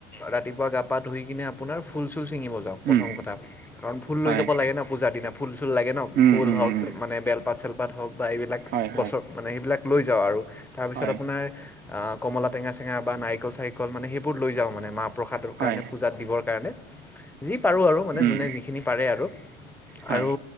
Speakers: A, in the centre; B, on the right.
A: ৰাতিপুৱা গা পা ধুই কিনে আপোনাৰ ফুল, চিঙিব যা প্ৰথম
B: উম
A: কথা, কাৰণ ফুল লৈ
B: হয়
A: যাব লাগে ন পূজাৰ দিনা ফুল চুল লাগে ন
B: উম
A: ফুল
B: উম
A: হওক
B: উম
A: মানে বেলপাত চেলপাত হওক, বা এইবিলাক
B: হয় হয়
A: গছৰ মানে সেইবিলাক লৈ যাওঁ আৰু তাৰপিছত
B: হয়
A: আপোনাৰ। অ কমলা টঙা চেঙা বা নাৰিকল চাৰিকল লৈ যাওঁ মানে মাপ প্ৰসাদৰ
B: হয়
A: কাৰণে পূজাত দিবৰ কাৰণে যি পাৰো।
B: উম
A: জুনে যিখিনি পাৰে আৰু
B: হয়
A: আৰু